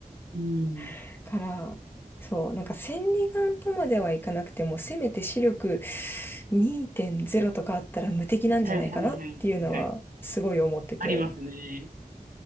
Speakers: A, on the right (about 75°); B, on the left (about 15°).
A: うん。
B: <laughs> から、そう、なんか千里眼とまではいかなくても、せめて視力2.0とかあったら無敵なんじゃないかなっていうのは、
A: はいはいはいはいはいはい。
B: すごい思ってて。
A: ありますね。